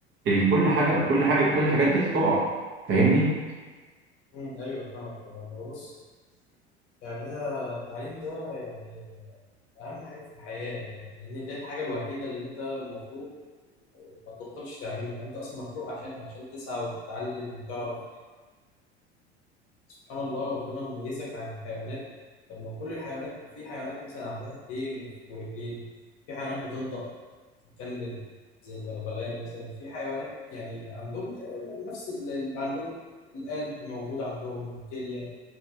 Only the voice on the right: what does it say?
ال- كل حاجه كل حاجه كل الحاجات دي تقع فاهمني